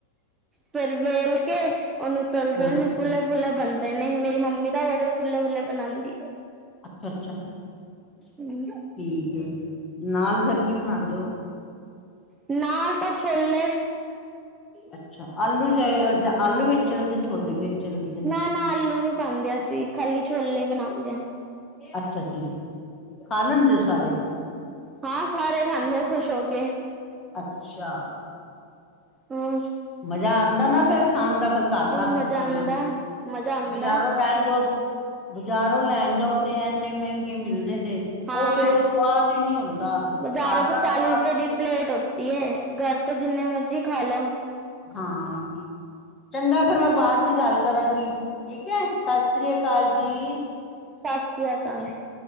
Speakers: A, on the right (about 15°); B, on the left (about 20°).
A: ਫਿਰ ਵੇਲ ਕੇ ਉਹਨੂੰ ਤਲਦੇ
B: ਹਾਂ
A: ਨੇ ਫੁੱਲੇ-ਫੁੱਲੇ ਬਣਦੇ ਨੇ, ਮੇਰੀ ਮੰਮੀ ਤਾਂ ਬੜੇ ਫੁੱਲੇ-ਫੁੱਲੇ ਬਣਾਂਦੀ ਏ।
B: ਅਛਾ-ਅਛਾ ਠੀਕ
A: ਹਮ
B: ਏ, ਨਾਲ ਫਿਰ ਕੀ ਬਣਾਂਦੇ ਓ?
A: ਨਾਲ ਤਾ ਛੋਲੇ।
B: ਅਛਾ ਆਲੂ'ਚ, ਆਲੂ ਵਿੱਚ ਤੇ ਛੋਲੇ ਵਿੱਚ ਲੱਗਦੇ ਨੇ
A: ਨਾ-ਨਾ, ਆਲੂ ਨੀ ਪਾਂਦੇ ਅਸੀ, ਖਾਲੀ ਛੋਲੇ ਬਣਾਂਦੇ ਆਂ।
B: ਅਛਾ ਜੀ। ਖਾ ਲੈਂਦੇ ਹੋ ਸਾਰੇ?
A: ਹਾਂ, ਸਾਰੇ ਖਾਂਦੇ ਆ ਖੁਸ਼ ਹੋਕੇ।
B: ਅਛਾ!
A: ਹੋਰ
B: ਮਜ਼ਾ ਆਉਦਾ ਨਾ ਫੇਰ ਖਾਣ ਦਾ ਫੇਰ ਘਰਦਾ
A: ਮਜ਼ਾ
B: ਖਾਣਾ,
A: ਆਉਂਦਾ ਮਜ਼ਾ ਆਉਂਦਾ
B: ਬਜ਼ਾਰੋ ਲੈ ਜੋ, ਬਜ਼ਾਰੋਂ ਲੈਣ ਜਾਓ ਤੇ ਇਨੇ ਮਹਿੰਗੇ ਮਿਲਦੇ ਨੇ
A: ਹਾਂ
B: ਉਹ ਫੇਰ ਉਹ ਸੁਵਾਦ ਹੀ ਨਹੀ ਹੁੰਦਾ-
A: ਬਜ਼ਾਰੋਂ
B: ਘਰ
A: ਤੋਂ
B: ਦਾ
A: ਚਾਲੀ
B: ਸਵਾਦ
A: ਰੁਪਏ
B: ਤੇ
A: ਦੀ
B: ਫਿਰ
A: ਪਲੇਟ ਹੁੰਦੀ ਹੈ। ਘਰ ਤੋਂ ਜਿੰਨੇ ਮਰਜੀ ਖਾ ਲਾ
B: ਹਾਂ- ਚੰਗਾ ਫਿਰ ਮੈਂ ਬਾਅਦ ਦੀ ਗੱਲ ਕਰਾਂਗੀ, ਠੀਕ ਹੈ। ਸਤਿ ਸ੍ਰੀ ਅਕਾਲ ਜੀ।
A: ਸਤਿ ਸ੍ਰੀ ਅਕਾਲ।